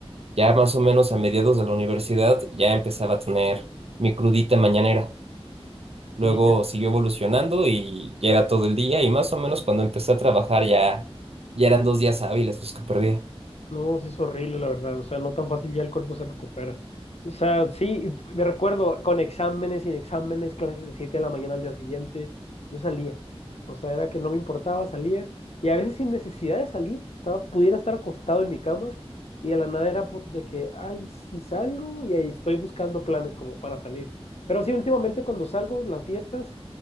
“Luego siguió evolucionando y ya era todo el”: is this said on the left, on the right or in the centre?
Right